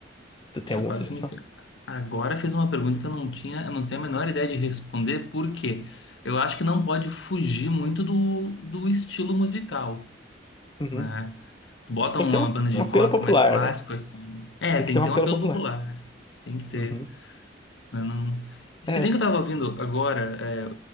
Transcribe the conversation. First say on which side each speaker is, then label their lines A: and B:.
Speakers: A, on the left; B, on the left.
A: Tu tem
B: puxa,
A: alguma
B: agora
A: sugestão?
B: tu me pega. Agora fez uma pergunta que eu não tinha, eu não tenho a menor ideia de responder, por quê? Eu acho que não pode fugir muito do, do estilo musical,
A: Uhum.
B: né? Bota
A: Tem
B: uma
A: que ter um,
B: banda de
A: um apelo
B: rock
A: popular,
B: mais clássico,
A: né?
B: assim. É,
A: Tem
B: tem
A: que ter
B: que
A: um
B: ter
A: apelo
B: um apelo
A: popular.
B: popular. Tem que ter.
A: Uhum.
B: Não, não- E
A: É.
B: Se bem que eu tava ouvindo agora, é,